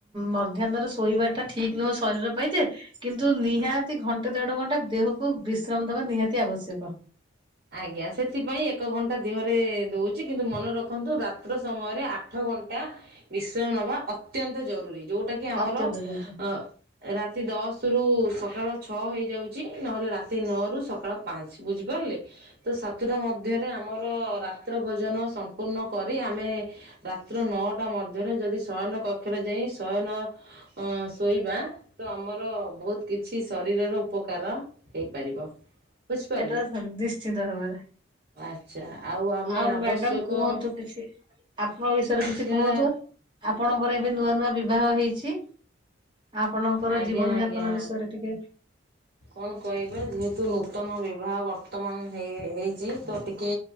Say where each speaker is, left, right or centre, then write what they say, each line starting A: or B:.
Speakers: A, on the right; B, on the right.
A: ମଧ୍ୟହ୍ରେ ଶୋଇବା ଟା ଠିକ ନୁହେଁ ଶରୀର ପାଇଁ ଯେ କିନ୍ତୁ ନିହାତି ଘଣ୍ଟେ ଦେଢ ଘଣ୍ଟା ଦେହକୁ ବିଶ୍ରାମ ନିହାତି ଆବଶ୍ୟକ
B: ଆଜ୍ଞା ସେଥିପାଇଁ ଏକ ଘଣ୍ଟା ଦେହରେ ଦଉଛି କିନ୍ତୁ ମନେ ରଖନ୍ତୁ ରାତ୍ର ସମୟରେ ଆଠ ଘଣ୍ଟା ମିଶ୍ରାମ ନବା ଅତ୍ୟନ୍ତ ଜରୁରୀ ଯୋଉଟା କିି ଆମର
A: ଅତ୍ୟନ୍ତ
B: ଅ
A: ଜରୁରୀ
B: ରାତି ଦଶ ରୁ ସକାଳ ଛଅ ହେଇଯାଉଛି ନହେଲେ ରାତି ନଅରୁ ସକାଳ ପାଞ୍ଚ ବୁଝିପାରିଲେ ତ ସାତଟା ମଧ୍ୟରେ ଆମର ରାତ୍ର ଭୋଜନ ସମ୍ପୂର୍ଣ୍ଣ କରି ଆମେ ରାାତ୍ର ନଅଟା ମଧ୍ୟରେ ଯଦି ଶୟନ କକ୍ଷରେ ଯାଇ ଶୟନ ଶୋଇବା ତ ଆମର ବହୁତ କିଛି ଶରୀରର ଉପକାର ହେଇପାରିବ ବୁଝିପାରିଲେ।
A: ସେଟା ନିଶ୍ଚିନ୍ତ ହୋବରେ
B: ଆଚ୍ଛା ଆମେ
A: ଆଉ ମ୍ୟାଡାମ
B: ଆବଶ୍ୟକ
A: କୁହନ୍ତୁ କିଛି ଆପଣଙ୍କ ବିଷୟରେ
B: ଆଚ୍ଛା
A: କିଛି କୁହନ୍ତୁ ଆପଣଙ୍କର ଏବେ ନୂଆ ନୂ ବିବାହ ହେଇଛି ଆପଣଙ୍କର
B: ଆଜ୍ଞା
A: ଜୀବନ
B: ଆଜ୍ଞା
A: ଯାପନ ବିଷୟରେ ଟିକେ।
B: କଣ କହିବା ଯେହେତୁ ନୂତନ ବିବାହ ବର୍ତ୍ତମାନ ହେଇଛି ତେ। କି